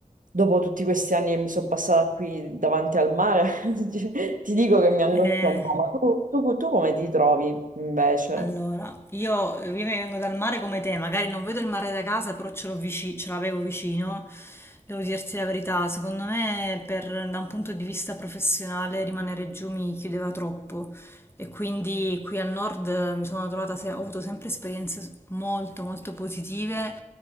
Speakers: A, on the right; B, on the left.
A: dopo tutti questi anni che mi sono passata qui davanti al mare, <laughs> ti dico che mi angoscia
B: Eh,
A: un po', ma tu, tu tu come ti trovi invece?
B: Allora, io, io vengo dal mare come te, magari non vedo il mare da casa, però ce l'ho vici- ce l'avevo vicino. Devo dirti la verità, secondo me per- da un punto di vista professionale rimanere giù mi chiudeva troppo e quindi qui al nord mi sono trovata, se- ho avuto sempre esperienze molto molto positive,